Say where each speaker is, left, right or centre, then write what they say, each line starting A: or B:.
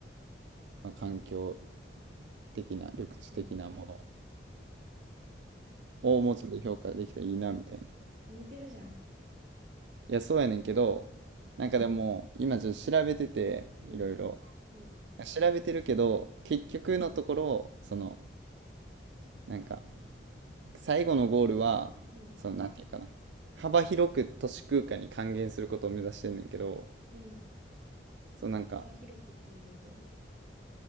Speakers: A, on the right; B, on the right.
A: まあ、環境的な、緑地的なもの
B: うん。
A: をもうちょっと評価できたらいいな、
B: え、
A: みたいな。い
B: 似てるじゃん。
A: や、そうやねんけど、なんかでも、今ちょっと調べてて、
B: うん、
A: いろいろ。
B: うん、
A: 調べてるけど、結局のところ、
B: うん、
A: その、なんか、最後のゴールは、
B: うん、
A: その、なんていうかな。幅広く都市空間に還元することを目指してんねんけど、
B: うん。
A: そのなんか、
B: 幅広くというと、